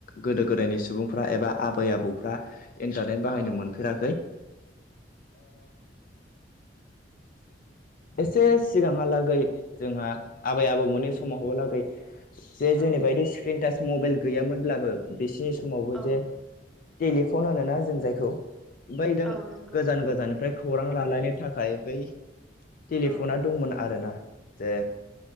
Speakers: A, on the left; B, in the centre.
A: गोदो गोदायनि सुबुंफ्रा एबा आबै आबौफ्रा इन्टारनेट बाहायनो
B: औ
A: मोनफेराखै <inaudible> एसे सिगाङाहालागै जोंहा आबै आबौ मोनै समाव हालागै जे
B: औ
A: जोंनि बायदि स्क्रिन टाच मबाइल गैयामोनब्लाबो बिसिनि समावबो
B: औ
A: जे टेलिफन होनोना जों जायखौ बै जों
B: औ नंगौ
A: गोजान गोजाननिफ्राय खौरां लालायनो थाखाय बै टेलिफना
B: औ
A: दंमोन आरोना जे